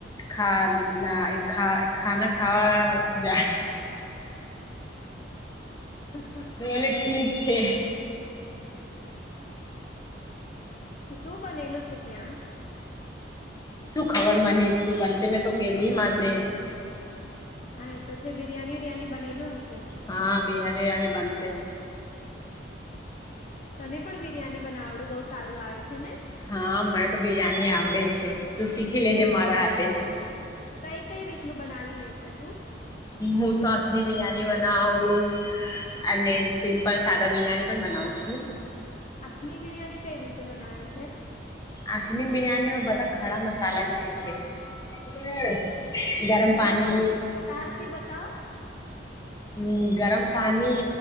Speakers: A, on the left; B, on the left.
A: ખા ના એ ખા ખાના ખાવા જાય
B: <inaudible>
A: મેલે ઠીક છે.
B: શું બનેલું છે ત્યાં.
A: શું ખબર મને શું બનશે, મેં તો ગેલી માર <unintelligible> ને
B: હા એ તો છે બિરિયાની વીરિયાની બનેલું હશે.
A: હા બિરિયાની વિરયાની બનશે
B: તને પણ બિરિયાની બનાવડું બહુ સારું આવે છે ને
A: હા મને તો બિરયાની આવડે છે તું શીખી લેજે
B: કઈ
A: મારા હાથે
B: કઈ કઈ રીતનું બનાવી લે છે. તું
A: હું તો આંખની બિરયાની બનાવ. અને સિમ્પલ સાદા બિરિયાની પણ બનાવું છું.
B: આંખની બિરિયાની કઈ રીતે બનાવે છે.
A: આખની બિરિયાનીમાં બધા ખરા મસાલા જાય છે ગરમ
B: થોડુંક
A: પાણી
B: વિસ્તાર થી બતાવો.
A: હમ્મ ગરમ પાણી